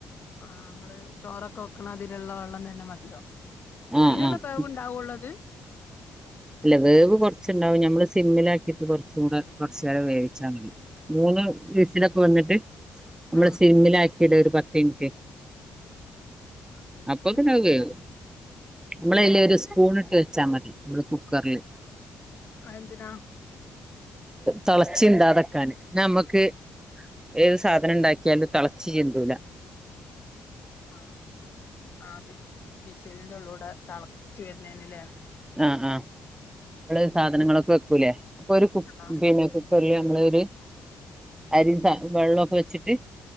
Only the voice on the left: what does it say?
ആഹ് അമ്മെള് ചോറൊക്കെ വെക്ക്ണ മാതിരി ഇള്ള വെള്ളം തെന്നെ മതിയോ?
അയിന് ഇള്ള
വേവ് ഇണ്ടാവൊള്ളു അത്
ആഹ്
ആഹ് ശരി
ഉം
ആ എന്തിനതിനാ
ആഹ ആ വിസിലിനുള്ളിലൂടെ തിളച്ചു വരുന്നേനല്ലേ
ആഹ്